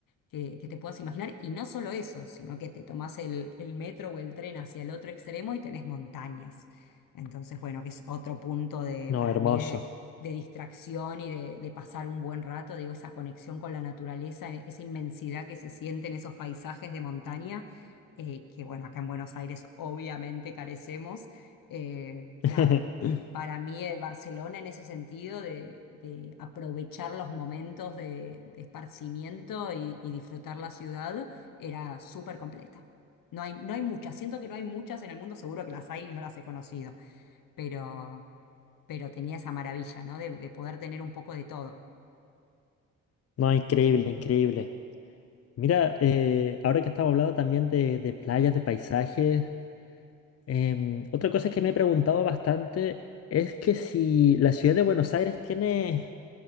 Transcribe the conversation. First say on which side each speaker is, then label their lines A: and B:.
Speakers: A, on the left; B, on the left.
A: que, que te puedas imaginar. Y no solo eso, sino que te tomás el, el metro o el tren hacia el otro extremo y tenés montañas. Entonces, bueno, que es otro punto de,
B: no,
A: para
B: hermoso.
A: mí de, de distracción y de, de pasar un buen rato. Digo, esa conexión con la naturaleza, e- esa inmensidad que se siente en esos paisajes de montaña, eh, que bueno, acá en Buenos Aires obviamente carecemos. Eh,
B: <laughs>
A: nada, para mí, eh, Barcelona en ese sentido de, de aprovechar los momentos de, de esparcimiento y, y disfrutar la ciudad era súper completa. No hay, no hay muchas, siento que no hay muchas en el mundo, seguro que las hay y no las he conocido, pero, pero tenía esa maravilla, ¿no? De, de poder tener un poco de todo.
B: No, increíble, increíble. Mira, eh, ahora que estamos hablando también de, de playas, de paisajes, em, otra cosa que me he preguntado bastante es que si la ciudad de Buenos Aires tiene,